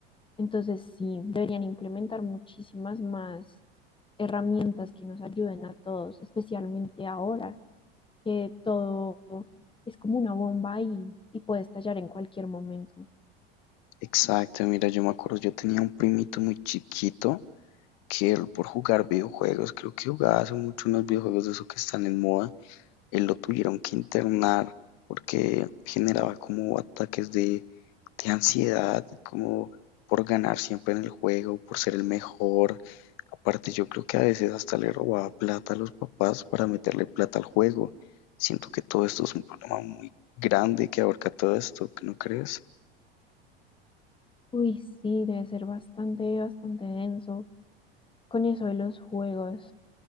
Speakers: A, on the left (about 15°); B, on the left (about 55°).
A: Entonces, sí, deberían implementar muchísimas más herramientas que nos ayuden a todos, especialmente ahora que todo es como una bomba y, y puede estallar en cualquier momento.
B: Exacto, mira, yo me acuerdo, yo tenía un primito muy chiquito que él por jugar videojuegos, creo que jugaba hace mucho unos videojuegos de esos que están en moda eh, lo tuvieron que internar porque generaba como ataques de, de ansiedad, como por ganar siempre en el juego, por ser el mejor. Aparte, yo creo que a veces hasta le robaba plata a los papás para meterle plata al juego. Siento que todo esto es un problema muy grande que abarca todo esto, ¿no crees?
A: Uy, sí, debe ser bastante, bastante denso con eso de los juegos.